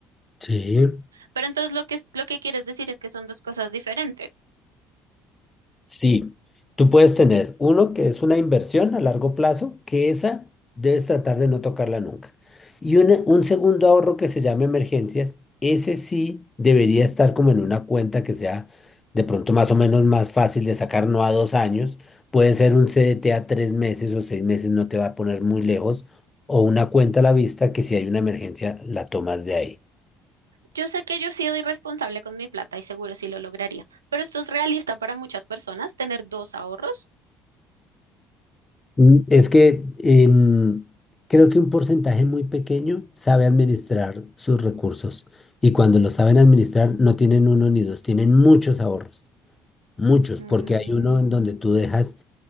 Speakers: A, on the left; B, on the right.
A: sí.
B: Pero entonces lo que, es- lo que quieres decir es que son dos cosas diferentes.
A: Sí, tú puedes tener uno que es una inversión a largo plazo, que esa debes tratar de no tocarla nunca. Y una- un segundo ahorro que se llama emergencias, ese sí debería estar como en una cuenta que sea de pronto más o menos más fácil de sacar, no a dos años. Puede ser un CDT a tres meses o seis meses, no te va a poner muy lejos. O una cuenta a la vista que si hay una emergencia la tomas de ahí.
B: Yo sé que yo he sido irresponsable con mi plata y seguro sí lo lograría, pero esto es realista para muchas personas, tener dos ahorros.
A: Mm, Es que em, creo que un porcentaje muy pequeño sabe administrar sus recursos y cuando los saben administrar no tienen uno ni dos, tienen muchos ahorros, muchos,
B: Mm,
A: porque hay uno en donde tú dejas